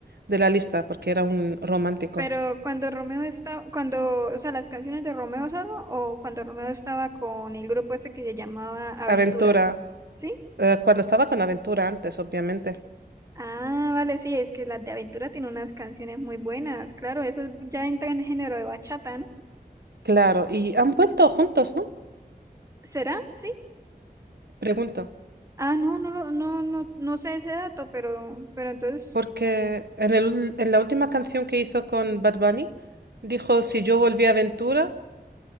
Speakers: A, on the right (about 85°); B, on the right (about 20°).
A: de la lista porque era un romántico.
B: Pero cuando Romeo estaba, cuando, o sea, las canciones de Romeo solo o cuando Romeo estaba con el grupo ese que se llamaba Aventura,
A: Aventura,
B: ¿sí?
A: eh, cuando estaba con Aventura antes, obviamente.
B: Ah, vale, sí, es que las de aventura tienen unas canciones muy buenas. Claro, eso es- ya entra en el género de bachata, ¿no?
A: Claro, y han vuelto juntos, ¿no?
B: ¿Será? Sí.
A: Pregunto,
B: Ah, no, no, lo- no, no, no sé ese dato, pero, pero entonces,
A: porque en el, ul- en la última canción que hizo con Bad Bunny, dijo, si yo volví a Aventura,